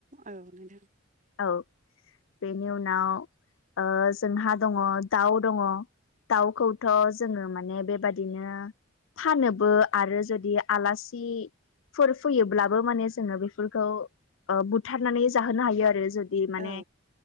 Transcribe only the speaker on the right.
औ नोंथां
औ